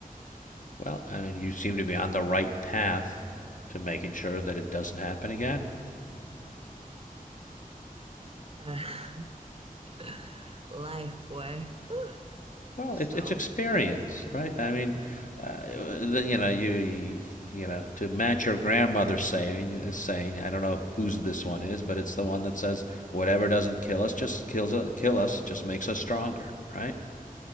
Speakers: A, on the left; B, on the right.
A: well, I mean, you seem to be on the right path to making sure that it doesn't happen again.
B: Uh, <laughs> life, boy. Whew.
A: Well,
B: So,
A: it's it's experience, right? I mean, uh, the- you know, you you know, to match your grandmother's saying, saying, I don't know whose this one is, but it's the one that says, "Whatever doesn't kill us, just kills us, kill us, just makes us stronger," right?